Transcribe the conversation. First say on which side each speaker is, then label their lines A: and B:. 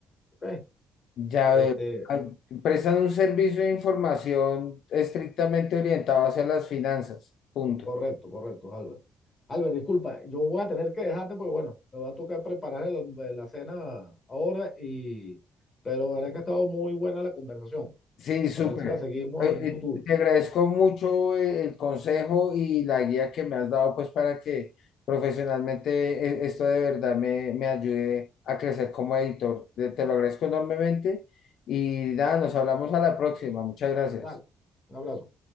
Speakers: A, on the left (about 30°); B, on the left (about 65°).
A: ¿ok?
B: Ya
A: Este,
B: veo. Ah, Prestan un servicio de información estrictamente orientado hacia las finanzas. Punto.
A: Correcto, correcto, Albert. Albert, disculpa, yo voy a tener que dejarte porque, bueno, me va a tocar preparar el- eh, la cena ahora y, pero la verdad que ha estado muy buena la conversación.
B: Sí, súper.
A: A ver si la seguimos
B: Eh,
A: en un futuro.
B: eh, te agradezco mucho eh, el consejo y la guía que me has dado, pues para que profesionalmente eh, esto de verdad me, me ayude a crecer como editor. Te te lo agradezco enormemente y nada, nos hablamos a la próxima. Muchas gracias.
A: Dale, un abrazo.